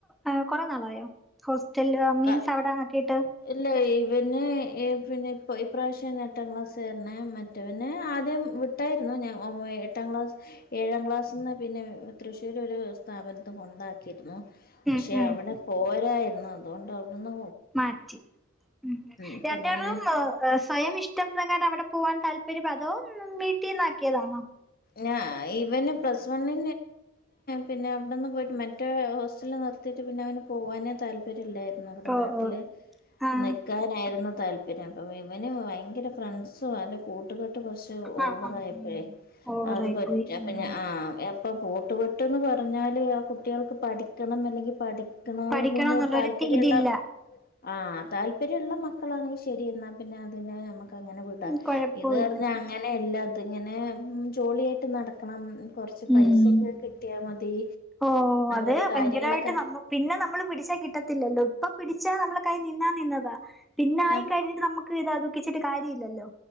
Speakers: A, in the centre; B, on the left (about 50°).
A: ഇ കുറെ നാളായോ? ഹോസ്റ്റല് മീൻസ്
B: ക
A: അവിടെ ആക്കിട്ട്.
B: ഇല്ല ഇവന് ഏ പിന്നെ ഇ ഇപ്രാവശ്യം എട്ടാം ക്ലാസ് വരണ മറ്റവന് ആദ്യം. എട്ടായിരുന്നു ഞാൻ ഒ എട്ടാം ക്ലാസ് ഏഴാം ക്ലാസ്ന്ന് പിന്നെ തൃശ്ശൂര് ഒരു. സ്ഥാപനത്തി കൊണ്ടാക്കിയിരുന്നു
A: ഉം
B: പക്ഷെ
A: ഉം
B: അവിടെ പോരായിരുന്നു അതുകൊണ്ട് അവിടുന്ന്.
A: മാറ്റി ഉം
B: ഇപ്പ
A: രണ്ട്
B: ഇങ്ങനെ
A: റൂം സ്വയം ഇഷ്ടപ്രകാരം അവിടെ പോവാൻ താല്പര്യം അതോ വീട്ടിന്നാക്കിയതാണോ?
B: ഞ ഇവന് പ്ലസ് വണ്ണി പിന്നെ അവിടെന്ന് പോയിട്ട് മറ്റേ ഹോസ്റ്റല നി നിർത്തിയിട്ട് പിന്നെ അവന് പോവാനേ താൽപര്യല്ലായിരുന്നു ഇവിടെ
A: ഓ
B: നാട്ടിൽ.
A: ഓ ആഹ്
B: നിൽക്കാനായിരുന്നു താല്പര്യം അപ്പം ഇവനും ഭയങ്കര ഫ്രണ്ട്സും അവന്റെ കൂട്ടുകെട്ട് കുറച്ച് ഓ
A: ആഹ്
B: വറായപ്പഴേ
A: ആഹ് ഉം ഓവറായി
B: അത് പറ്റ
A: പോയി ഉം
B: പിന്നെ ആ ഇപ്പൊ കൂട്ട് കെട്ട്ന്ന് പറഞ്ഞാല് ആ കുട്ടികൾക്ക് പഠിക്കണന്നല്ലെങ്കിൽ പഠി ക്ക് ണോന്ന്
A: പഠിക്കണോന്നുള്ളൊരു
B: താല്പര്യള്ള.
A: ഇതില്ല
B: ആ താല്പര്യള്ള മക്കളാണെങ്കിൽ ശരി എന്നാ പിന്നെ അതിനെ നമക്. മക്ക് അങ്ങനെ വിട
A: ഉം കൊഴപ്പവില്ല
B: ഇത് പറഞ്ഞാൽ അങ്ങനെയല്ല ഇത് ഇങ്ങനെ ജോളിയായിട്ട് നടക്കണ കൊറച്ച് പൈസൊക്കെ
A: ഉം
B: കിട്ടിയാ മതി.
A: ഓ അത്
B: ഓരോ
A: ഭയങ്കരമായിട്ട്
B: കാര്യങ്ങളൊക്കെ
A: നമ്മ പിന്നെ നമ്മള് പിടിച്ചാ കിട്ടത്തില്ലല്ലോ ഇപ്പൊ പിടിച്ചാ നമ്മൾ കൈ നിന്നാ നിന്നതാ. പിന്നെ ആയിക്കഴിഞ്ഞിട്ട്
B: ആ
A: നമുക്ക് ഇതാ ദുഃഖിച്ചിട്ട് കാര്യ ല്ലല്ലോ?